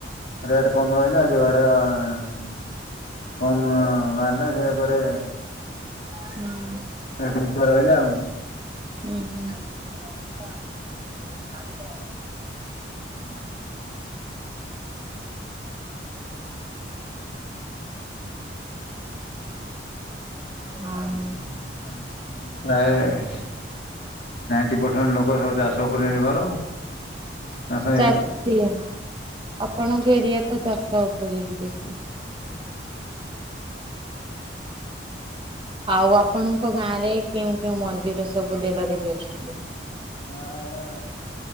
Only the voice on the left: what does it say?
ରେଟ କମ ରହିଲା ଯୁଆଡେ ଏଁ- - କମ ମହାରିଲା ସେ ପରେ
ଏଠି ବିଚାର ହନା ଆଉ <unintelligible>
ଗାଜ ହ <unintelligible>
ମିଠ <unintelligible> ଠ ସବୁ ପ୍ରାୟ ନାଇଣ୍ଟି ପରସେଣ୍ଟ ଲୋକ ସବୁ ଚାଷ ଉପରେ ନିର୍ଭର ଚାଷ ହେଇଗଲାଣି।
ଆମ ଆଡେ